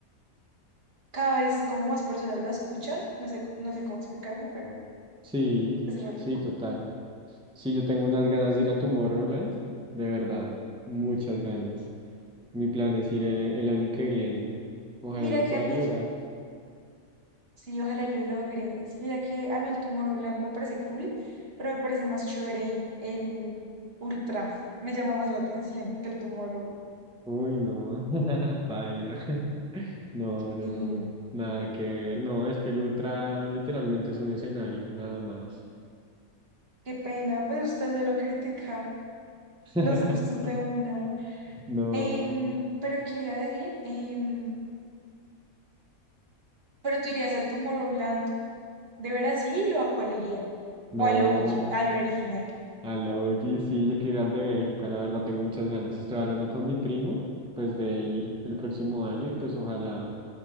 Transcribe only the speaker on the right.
cada vez como más personas la escuchan, no sé, no sé cómo explicarme, pero
es re loco.
Mira
que
a mí
el, sí, ojalá lo logres, mira que a mí el Tomorrowland me parece cool, pero me parece más chévere el Ultra, me llama más la atención que el Tomorrow,
y
qué pena, pues usted se lo critica.
los gustos de una.
Em, pero, ¿qué le iba a decir? Em, pero tú irías al Tomorrowland, ¿de veras sí? ¿O a cuál irías?
¿O al OG, al original?